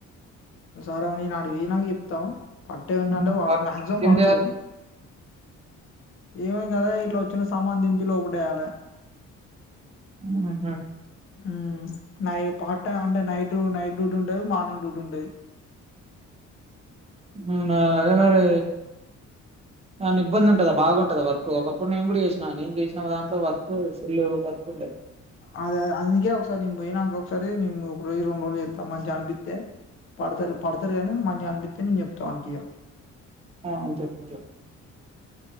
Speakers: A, on the left; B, on the right.
A: సార్ ఆ నేనాడికి వొయినంకా చెప్ తం పట్టేది ఉందంటే
B: హుహు.
A: వ
B: వాడికి
A: మాక్సిమం
B: ఏం
A: పడతరు.
B: చేయాలి
A: ఏమిమి గదే ఇట్లా వచ్చిన సామాన్ దింపి లోపటేయాలే.
B: హుహు.
A: హ్ నై పార్ట్ టైం అంటే నైట్ నైట్ డ్యూటీ ఉంటది, మార్నింగ్ డ్యూటీ ఉంటది.
B: అవునా అదే మరి ఎమన్నా ఇబ్బంది ఉంటదా బాగుంటదా వర్క్ కొ ఒకప్పుడు నేను కూడా చేసిన నేను చేసినా దాంట్లో వర్క్ ఫుల్ వర్క్ ఉండే.
A: అదే అదే అందుకే ఒకసారి నేను పోయినాంక ఒకసారి నేను ఒక రోజు రెండు రోజులు చేస్తా, మంచిగా అనిపిత్తే పడతరు పడతరు గాని మంచిగా అనిపిత్తే నేను చెప్తా ఆనికి ఇగా.
B: ఆ చెప్పు చెప్పు